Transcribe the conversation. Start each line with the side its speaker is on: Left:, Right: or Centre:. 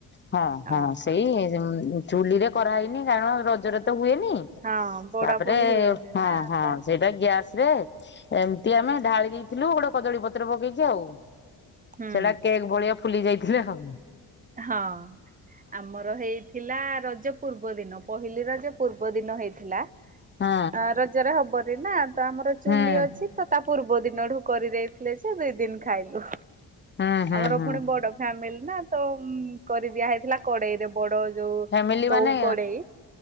Left: ହଁ, ହଁ
Right: ଓହୋ
Left: ସେଇ ଚୂଲିରେ କରାହେଇନି, କାରଣ ରଜରେ ତ ହୁଏ। ହୂତାପରେ
Right: ହଁ। ପୋଡା ପୋଡି ହୁଏନି
Left: ହଁ
Right: ନା
Left: ହଁ
Right: ତ
Left: ସେଇଟା ଗ୍ୟାସ ରେ ଏମିତି ଆମେ ଢାଳି ଦେଇଥିଲୁ ଗୋଟେ କଦଳୀ ପତ୍ର ପକେଇକି ଆଉ।
Right: ହୁଁ
Left: ସେଟା କେକ୍ ଭଳିଆ ଫୁଲି ଯାଇଥିଲେ ଆଉ।
Right: ହଁ ଆମର ହେଇଥିଲା ରଜ ପୂର୍ବ ଦିନ। ପହିଲିରଜ ପୂର୍ବଦିନ ହେଇଥିଲା।
Left: ହଁ
Right: ଅ ରଜରେ ହବନି ନା ତା ଆମର ଚୁଲି
Left: ହଁ ହୁଁ।
Right: ଅଛିତ ତା ପୂର୍ବ ଦିନ। ଦିନଠୁ କରିଦେଇଥିଲେ ଯେ ଦୁ ଦିନ ଖାଇଲୁ
Left: ହୁଁ ହୁଁ
Right: ଆମର
Left: ହୁଁ
Right: ପୁଣି ବଡ ଫାମିଲି ନା ତୁମ୍ କରିଦିଆ ହେଇଥିଲା କଡେଇରେ ବଡ ଯୋଉ
Left: ଫ୍ୟାମିଲି
Right: ତୋ
Left: ମାନେ
Right: କଡେଇ